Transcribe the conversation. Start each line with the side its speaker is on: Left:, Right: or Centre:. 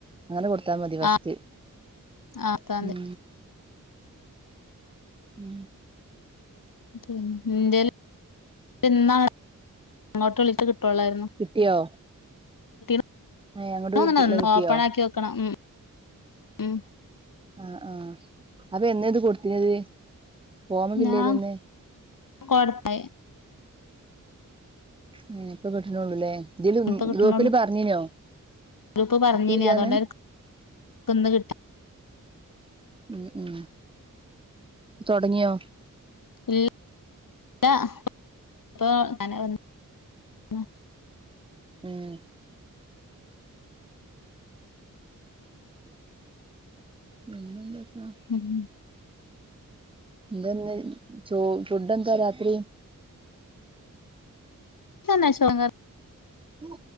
Right: അങ്ങനെ കൊടുത്താൽ മതി പസ്റ്റ്
Left: ആ ആ പത്താംതി
Right: ഉ ഉം
Left: പിന്നെ ഇൻന്റെയ് പിന്ന അങ്ങോട്ട് വിളച്ച് കിട്ടുവുള്ളായിരുന്നു
Right: കിട്ടിയോ
Left: മൂന്നെണ്ണം
Right: ഏ അങ്ങോട്ട്
Left: വന്നോ
Right: കിട്ടിയോ
Left: ഓപ്പൺ ആക്കി വെക്കണം ഉം ഉം
Right: ആ ആ അപ്പോ എന്ന ഇത് കൊടുത്തിനിത് ഫോമ് ഫില്ല്
Left: ഞാൻ
Right: ചെയ്ത് എനേ
Left: കൊടുത്ത
Right: മം ഇപ്പ കിട്ട്ന്നെള്ളൂല്ലേ ഇതില്
Left: ഇപ്പ കിട്ടണൊള്ളൂ
Right: ഗ്രൂപ്പില് പറഞ്ഞിനോ
Left: ഗ്രൂപ്പ് പറഞ്ഞന്
Right: കിട്ടിയില്ലാന്ന്
Left: അതുകൊണ്ട് അവർക്കിന്ന് കിട്ടാ
Right: ഉം ഉം തൊടങ്ങിയോ?
Left: ഇല്ല ഇപ്പോ അങ്ങനെ വന്ന് പിന്നെ
Right: ഉം ഒന്നൂല്ല ഇപ്പോ
Left: ഉം
Right: എന്താ ഇന്ന് ചോ ഫുഡ് എന്താ രാത്രി
Left: ഇതൊന്ന് അഴിച്ചു നോക്ക <unintelligible>
Right: ഉം